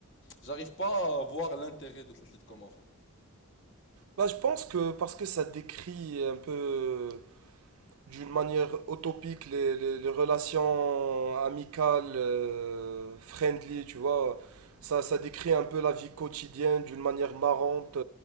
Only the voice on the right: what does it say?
Bah, je pense que parce que ça décrit un peu. d'une manière utopique les, les, les relations amicales, euh, friendly, tu vois. Ça, ça décrit
un peu la vie quotidienne d'une manière marrante.